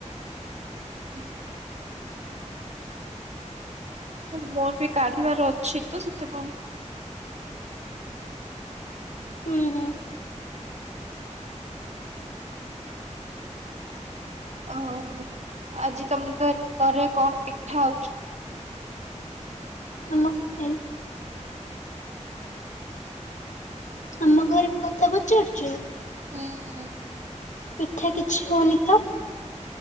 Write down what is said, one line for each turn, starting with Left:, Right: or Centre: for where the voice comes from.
Right: ଆଚ୍ଛା। ଲେ ମୋର ବି କାଢିବାର ଅଛି ତ ସେଥିପାଇଁ
Left: ହୁଁ ହୁଁ।
Right: ଓହ ଆଜି ତମ ତ ଘରେ କଣ ପିଠା ହୋଉଛି?
Left: ନମସ୍ତେ ଆମ ଘରେ କଥା ପଚାରୁଛୁ?
Right: ହୁଁ ଉଁ।
Left: ପିଠା କିଛି ହଉନି ତ